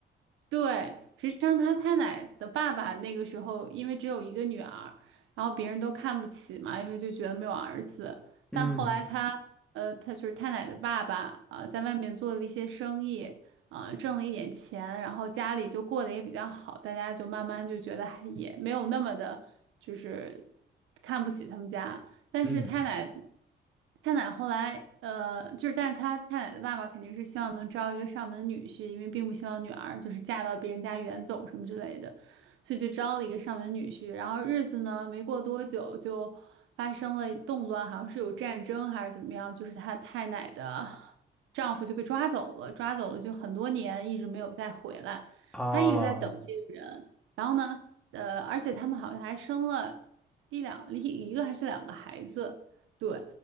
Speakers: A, on the right; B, in the centre.
A: 对，实际上他太奶的爸爸那个时候，因为只有一个女儿，然后别人都看不起嘛，因为就觉得没有儿子。
B: 嗯
A: 但后来他，呃，他就是太奶的爸爸啊、在外面做了一些生意，啊、挣了一点钱，然后家里就过得也比较好，大家就慢慢就觉得还也没有那么的，就是看不起他们家。但是太奶
B: 嗯。
A: 太奶后来呃，就是但是他太奶的爸爸肯定是希望能招一个上门女婿，因为并不希望女儿就是嫁到别人家远走什么之类的，所以就招了一个上门女婿。然后日子呢，没过多久就发生了动乱，好像是有战争还是怎么样，就是他太奶的 <laughs> 丈夫就被抓走了，抓走了就很多年一直没有再回来，
B: 啊，
A: 他一直在等这个人。然后呢，呃，而且他们好像还生了。一两一一个还是两个孩子，对，